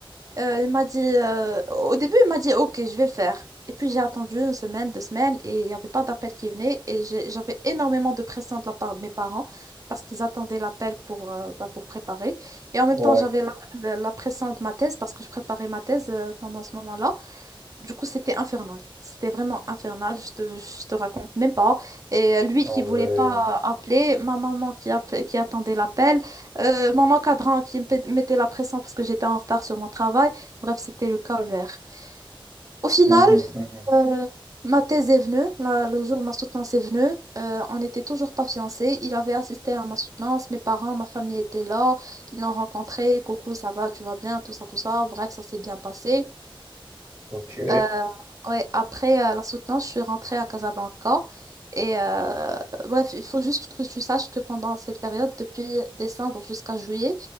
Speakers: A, on the right (about 40°); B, on the right (about 20°).
A: Euh, il m'a dit, euh, au début, il m'a dit, OK, je vais le faire. Et puis j'ai attendu une semaine, deux semaines, et il n'y avait pas d'appel qui venait. Et j'ai- j'avais énormément de pression de la part de mes parents parce qu'ils attendaient l'appel pour, euh, bah, pour préparer. Et en
B: Ouais,
A: même temps, j'avais la, la- la pression de ma thèse parce que je préparais ma thèse euh, pendant ce moment-là. Du coup, c'était infernal. C'était vraiment infernal. Je te, je te raconte même pas. Et euh, lui
B: ah
A: qui
B: ouais.
A: voulait pas appeler, ma maman qui, app- qui attendait l'appel, euh, mon encadrant qui me pét- mettait la pression parce que j'étais en retard sur mon travail. Bref, c'était le calvaire. Au final,
B: Mhm, mhm.
A: euh, ma thèse est venue. la- le jour où ma soutenance est venue, euh, on n'était toujours pas fiancés. Il avait assisté à ma soutenance. Mes parents, ma famille étaient là. Ils l'ont rencontré. Coucou, ça va, tu vas bien, tout ça, tout ça. Bref, ça s'est bien passé.
B: Ok.
A: Euh, ouais, après euh, la soutenance, je suis rentrée à Casablanca. Et euh, bref, il faut juste que tu saches que pendant cette période, depuis décembre jusqu'à juillet,